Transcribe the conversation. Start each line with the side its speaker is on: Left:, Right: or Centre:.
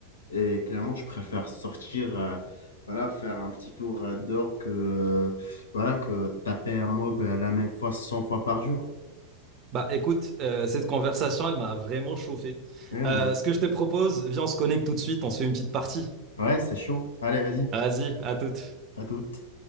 Left: et clairement, je préfère sortir, euh, voilà, faire un petit tour euh, dehors que, euh, voilà, que taper un mob euh, la même fois 100 fois par jour.
Right: Bah écoute, euh, cette conversation, elle m'a vraiment chauffé.
Left: Ouais,
Right: Euh,
Left: moi-
Right: ce que je te propose, viens, on se connecte tout de suite, on se fait une petite partie.
Left: ouais, c'est chaud. Allez, vas-y,
Right: Vas-y, à toute.
Left: à toute.